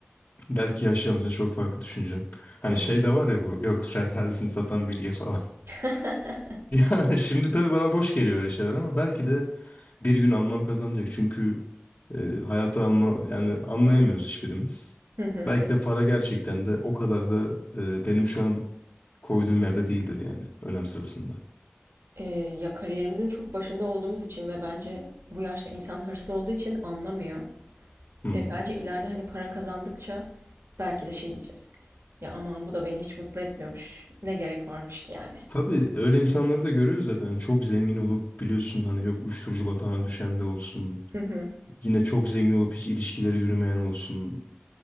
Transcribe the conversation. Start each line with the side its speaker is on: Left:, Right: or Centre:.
Left: belki yaşlanınca çok farklı düşüneceğim. Hani
Right: Hı hı.
Left: şey de var ya bu yok Ferrari'sini satan bilge falan.
Right: <laughs>
Left: <laughs> Ya şimdi tabii bana boş geliyor öyle şeyler ama belki de bir gün anlam kazanacak. Çünkü e, hayatı anla yani anlayamıyoruz hiçbirimiz.
Right: Hı hı.
Left: Belki de para gerçekten de o kadar da e, benim şu an koyduğum yerde değildir yani önem sırasında.
Right: Ee, ya kariyerimizin çok başında olduğumuz için ve bence bu yaşta insan hırslı olduğu için anlamıyor.
Left: Hı hı.
Right: E, bence ileride hani para kazandıkça belki de şey diyeceğiz. Ya aman bu da beni hiç mutlu etmiyormuş. Ne gerek varmış ki yani.
Left: Tabii öyle insanları da görüyoruz zaten. Yani Çok zengin olup biliyorsun hani yok uyuşturucu batağına düşen de olsun.
Right: Hı hı.
Left: Yine çok zengin olup hiç ilişkileri yürümeyen olsun.